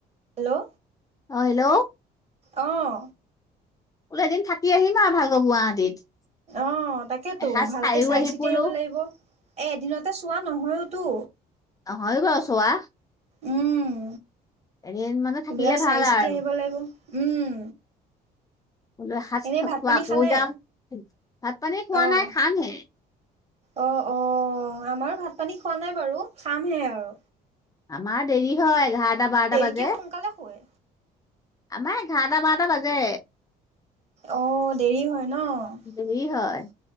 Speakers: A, on the right; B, on the left.
A: হেল্ল'!
B: অ হেল্ল'!
A: অঁ।
B: বোলো এদিন থাকি আহিম আৰু ভালকৈ গুৱাহাটীত।
A: অ তাকেতো
B: এসাঁজ
A: ভালকে
B: খাইও
A: চাই
B: আহি
A: চিতি
B: বোলো
A: আহিব লাগিব, এ এদিনতে চোৱা নহয়ও টো।
B: নহয় বাৰু চোৱা।
A: উম।
B: এদিন মানে থাকিলে
A: এইবিলাক চাই
B: ভাল
A: চিতি
B: আৰু
A: আহিব লাগিব। উম।
B: বোলো এসাঁজ
A: এনেই
B: খোৱাকো
A: ভাত পানী খালে?
B: যাম। ভাত পানী খোৱা
A: অ',
B: নাই খামহে।
A: অ অ আমাৰো ভাত পানী খোৱা নাই বাৰু খামহে আৰু।
B: আমাৰ দেৰি হয় এঘাৰ টা বাৰটা
A: দেৰিকে
B: বাজে
A: সোনকালে শুৱে।
B: আমাৰ এঘাৰটা বাৰটা বাজে।
A: অহ দেৰি হয় ন?
B: দেৰি হয়